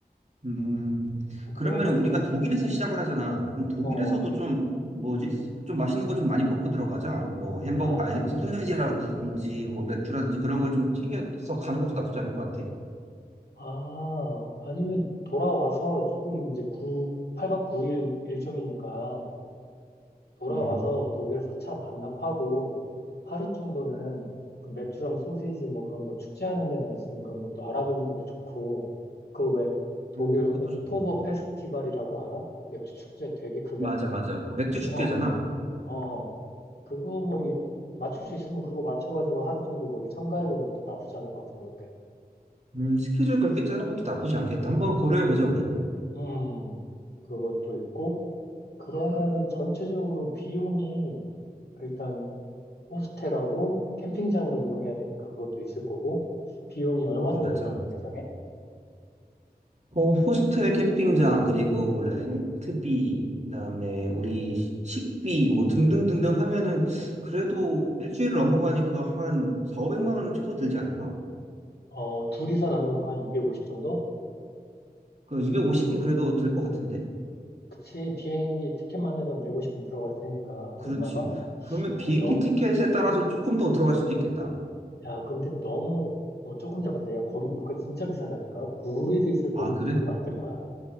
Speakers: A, on the right; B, on the left.
A: 음.
B: 아, 그런
A: 그러면
B: 건,
A: 우리가 독일에서 시작을 하잖아. 그럼 독일에서도
B: 어, 어.
A: 좀 뭐지? 좀 맛있는 거 좀 많이 먹고 들어가자. 뭐 햄버거,
B: 아,
A: 아, 해-
B: 도,
A: 소세지라든지 뭐 맥주라든지 그런 걸 좀 챙겨서 가는 것도 나쁘지 않은 것 같아.
B: 아, 아니면 돌아와서 조금 이제 구 8박 9일 일정이니까 돌아와서
A: 음,
B: 독일에서 차 반납하고 하루 정도는 그 맥주랑 소세지 뭐 그런 거 축제하는 데나 있으면 그런 것도 알아보는 것도 좋고 그 왜 독일
A: 음, 그것도
B: 옥토버
A: 좋네.
B: 페스티벌이라고 알아? 맥주 축제 되게 크게
A: 맞아,
B: 하는 거?
A: 맞아. 그 맥주 축제잖아.
B: 어, 어. 어. 그거 뭐 일- 맞출 수 있으면 그거 맞춰가지고 하루 정도 거기 참가해보는 것도 나쁘지 않을 것 같은데 어때?
A: 음, 스케줄 그렇게 짜는 것도 나쁘지 않겠다. 한번 고려해 보자, 우리.
B: 음, 그것도 있고 그러면은 전체적으로 비용이 일단 호스텔하고 캠핑장을 이용해야 되니까 그것도 있을 거고 비용이 얼마
A: 맞아.
B: 정도 너는 예상해?
A: 어, 호스텔 캠핑장, 그리고 뭐 렌트비, 그다음에 우리 식비, 뭐 등등등등 하면은 그래도 일주일을 넘어가니까 한 4, 오0 0만 원은 최소 들지 않을까?
B: 어, 둘이서 나누면 그만 250 정도?
A: 그 250은 그래도 들 것 같은데?
B: 그치, 비행기 티켓만 해도 한 150은 들어갈 테니까
A: 그렇지.
B: 100만 원?
A: 그러면
B: 아,
A: 비행기
B: 너무,
A: 티켓에 따라서 조금 더 들어갈 수도 있겠다.
B: 야, 근데 너무 어, 조금 잡았다. 야, 거기 물가 진짜 비싸다니까. 9일 있을 거면
A: 아,
B: 그
A: 그래?
B: 정도로 안 될 거야.